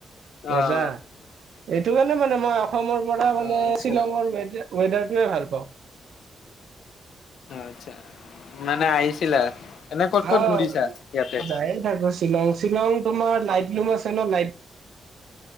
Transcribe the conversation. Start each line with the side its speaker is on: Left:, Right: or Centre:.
Left: অ',
Right: মজা এইটো কাৰণে মানে মই অসমৰ পৰা মানে
Left: অ', আচ্ছা
Right: শ্বিলঙৰ ৱেডা ৱেডাৰটোৱে ভাল পাওঁ।
Left: আচ্ছা মানে আহিছিলা। এনে ক'ত ক'ত
Right: আহ,
Left: ঘূৰিছা ইয়াতে
Right: যায়ে থাকো শ্বিলং শ্বিলং তোমাৰ লাইট লুম আছে ন লাইট